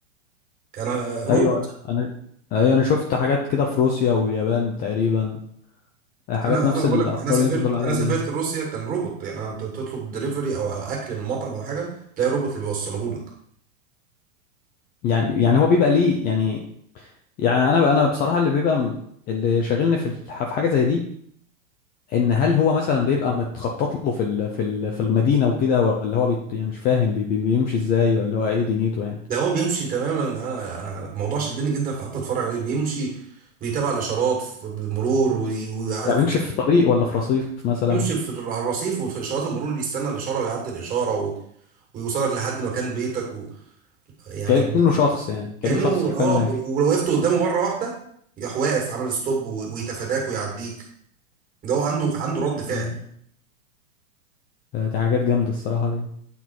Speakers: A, on the right; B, on the left.
A: انا روبوت
B: ايوه انا انا ايوه انا شفت حاجات كده في روسيا واليابان تقريبا حاجات
A: انا
B: نفس
A: انا بقول
B: الافكار
A: لك انا سافرت
B: اللي انت بتقول عليها
A: انا سافرت
B: دي
A: روسيا كان روبوت يعني أنا تطلب دليفري او اكل من مطعم او حاجه تلاقي روبوت اللي بيوصله لك
B: يعني يعني هو بيبقى ليه يعني يعني انا انا بصراحه اللي بيبقى م- اللي شاغلني في الح- في حاجه زي دي ان هل هو مثلا بيبقى متخطط له في ال- في ال- في المدينه وكده ولا هو بيت يعني مش فاهم بي- بي- بيمشي ازاي ولا هو ايه دنيته يعني
A: ده هو بيمشي تماما انا انا الموضوع شدني جدا فقعدت اتفرج عليه بيمشي بيتابع الاشارات في- بمرور وي- وعارف
B: يعني بيمشي في طريق ولا في رصيف مثلا
A: يمشي في على الرصيف وفي اشارات المرور اللي يستنى الاشاره ويعدي الاشاره و... ويوصلك لحد مكان بيتك و... يعني
B: كانه شخص يعني كانه
A: كانه
B: شخص حرفيا
A: اه
B: ماشي
A: ب- ولو وقفت قدامه مره واحده يروح واقف عامل ستوب و... ويتفاداك ويعديك ده هو عنده عنده رد فعل
B: مم. ف- دي حاجات جامده الصراحه دي